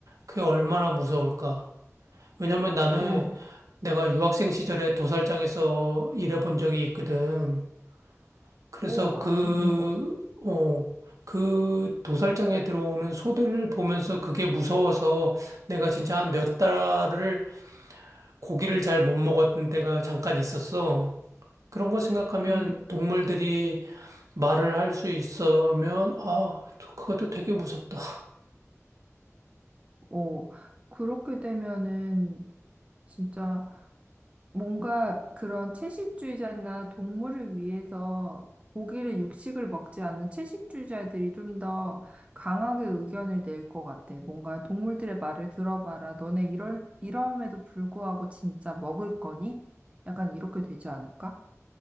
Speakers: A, on the right; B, on the right.
A: 그게 얼마나 무서울까. 왜냐면 나는
B: 오,
A: 내가 유학생 시절에 도살장에서 일해 본 적이 있거든. 그래서
B: 우와.
A: 그,
B: 음, 음, 어,
A: 어, 그 도살장에 들어오는 소들을 보면서 그게 무서워서 내가 진짜 한 몇 달을 고기를 잘 못 먹었던 때가 잠깐 있었어. 그런 거 생각하면
B: 음.
A: 동물들이 말을 할 수 있으면, 아, 그것도 되게 무섭다.
B: 오. 그렇게 되면은 진짜 뭔가 그런 채식주의자나 동물을 위해서 고기를 육식을 먹지 않는 채식주의자들이 좀 더 강하게 의견을 낼 것 같아. 뭔가 동물들의 말을 들어봐라. 너네 이럴, 이러함에도 불구하고 진짜 먹을 거니? 약간 이렇게 되지 않을까?